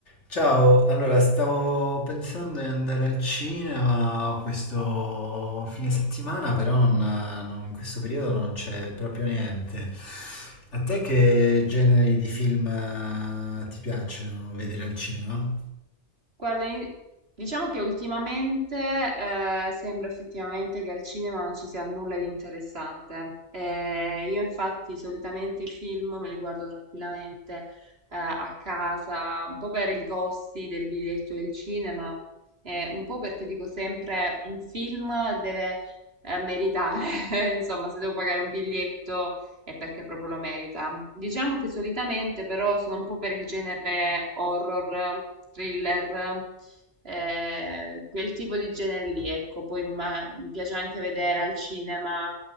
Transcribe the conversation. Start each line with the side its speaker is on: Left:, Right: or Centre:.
Left: Ciao, allora stavo pensando di andare al cinema questo fine settimana, però non- non- in questo periodo non c'è proprio niente. A te che generi di film eh, ti piacciono vedere al cinema?
Right: Guarda, in- diciamo che ultimamente eh, sembra effettivamente che al cinema non ci sia nulla di interessante. Eh, io infatti solitamente i film me li guardo tranquillamente eh, a casa, un po' per i costi del biglietto del cinema, eh, un po' perché dico sempre un film deve eh, meritare, <laughs> insomma, se devo pagare un biglietto e perché proprio lo merita. Diciamo che solitamente però sono un po' per il genere horror, thriller, eh, quel tipo di genere lì, ecco. Poi ma- mi piace anche vedere al cinema